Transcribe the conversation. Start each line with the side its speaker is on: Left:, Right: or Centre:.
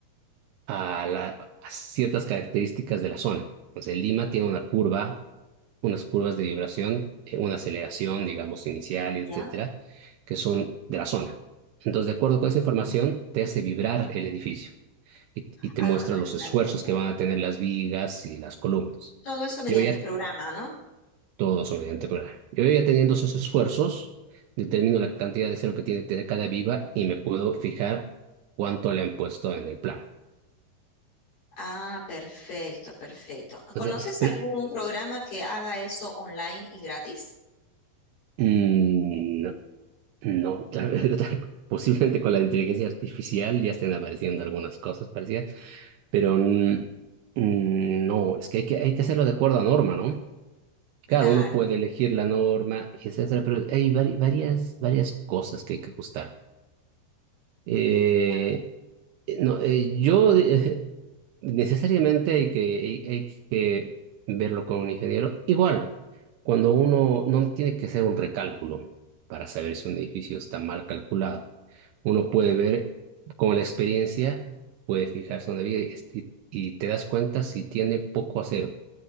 Right: a, la- a ciertas características de la zona. Entonces, Lima tiene una curva, unas curvas de vibración, eh, una aceleración, digamos, inicial,
Left: Ya.
Right: etcétera, que son de la zona. Entonces, de acuerdo con esa información,
Left: Ah,
Right: te hace vibrar el edificio y, y te
Left: ah,
Right: muestra los
Left: ya,
Right: esfuerzos
Left: ya, ya,
Right: que van a
Left: ya.
Right: tener las vigas y las columnas.
Left: Todo eso mediante
Right: Yo ya
Left: programa, ¿no?
Right: todos mediante programa. Yo ya teniendo esos esfuerzos, determino la cantidad de cero que tiene que tener cada viva y me puedo fijar cuánto le han puesto en el plano.
Left: Ah, perfecto, perfecto.
Right: Entonces,
Left: ¿Conoces
Right: pero
Left: algún programa que haga eso online y gratis?
Right: mm, no, no, tal vez- <laughs> tal- posiblemente con la inteligencia artificial ya estén apareciendo algunas cosas parecidas, pero mm, mm, no, es que hay que, hay que hacerlo de acuerdo a norma, ¿no? Claro,
Left: Claro.
Right: uno puede elegir la norma, etcétera, pero hay vari- varias, varias cosas que hay que ajustar. Eh,
Left: Ya.
Right: Eh, No, eh, yo de- <laughs> necesariamente hay que, hay, hay que verlo con un ingeniero. Igual, cuando uno no tiene que hacer un recálculo para saber si un edificio está mal calculado, uno puede ver con la experiencia, puede fijarse donde vive y, est- y- y te das cuenta si tiene poco acero.